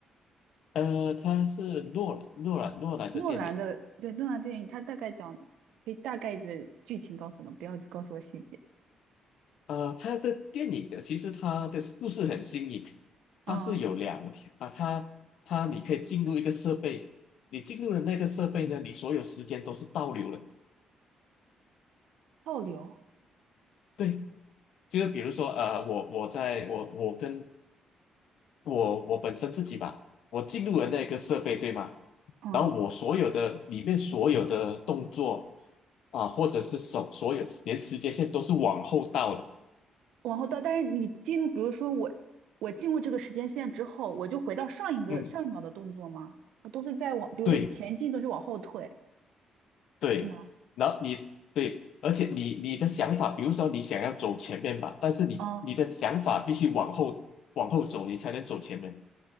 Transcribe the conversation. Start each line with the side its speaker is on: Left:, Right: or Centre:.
Left: 呃，它是诺兰诺兰诺兰的电影，
Right: <laughs> 诺兰的，对，诺兰电影，他大概讲，可以大概的剧情告诉我们，不要告诉我细节。
Left: 呃，他的电影的其实他的故事很新颖，
Right: 嗯
Left: 它是有两条啊，它它你可以进入一个设备，你进入了那个设备呢，你所有时间都是倒流的。
Right: 倒流，
Left: 对，就是比如说，呃，我我在我我跟我我本身自己吧，我进入了那个设备，对吗？
Right: 嗯，
Left: 然后我所有的里面所有的动作啊，或者是手，所有连时间线都是往后倒的。
Right: 往后倒。但是你进入，比如说我，我进入这个时间线之后，我就回到上一个上一秒的动作吗？
Left: 嗯，
Right: 我都是在往，比如说前进都是往后退，
Left: 对对。
Right: 是吗？
Left: 然后你对，而且你你的想法，比如说你想要走前面吧，但是你你的想法必须往后往后走，
Right: 嗯
Left: 你才能走前面，